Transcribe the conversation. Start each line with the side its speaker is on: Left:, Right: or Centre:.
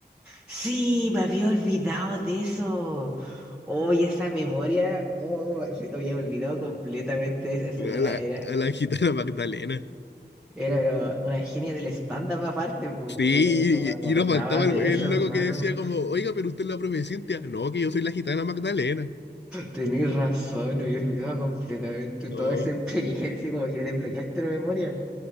Centre: Sí, me había olvidado de eso. Oye, esa memoria, oh, sí, había olvidado completamente. Esa señora
Left: A la,
Centre: era,
Left: a la <laughs> gitana Magdalena.
Centre: era pero una genia del stand-up aparte. po.
Left: Sí,
Centre: Uh, no me acordaba
Left: y, y nos faltaba
Centre: de
Left: el, el
Centre: eso, hermano.
Left: loco que decía como, oiga, pero usted es la profe Cintia. No, que yo soy la gitana Magdalena.
Centre: Tenés razón, me había olvidado completamente
Left: Oh,
Centre: toda esa <laughs> experiencia, como que desbloqueaste la memoria.